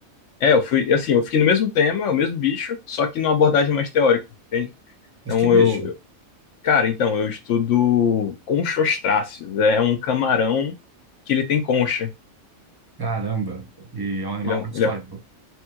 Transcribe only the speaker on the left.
é, eu fui, assim, eu fiquei no mesmo tema, o mesmo bicho, só que numa abordagem mais teórica, entende?
Então
eu, eu- cara, então eu estudo conchostráceos, é um camarão que ele tem concha.
ele é um,
ele é